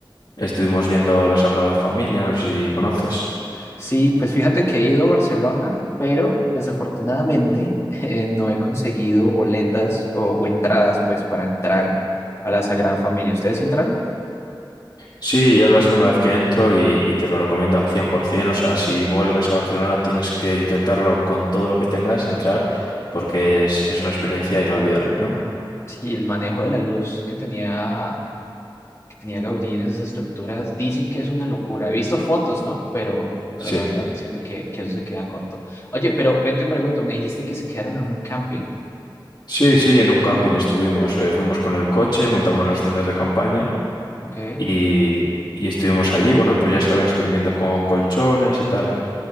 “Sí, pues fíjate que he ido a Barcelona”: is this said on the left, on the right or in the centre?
Left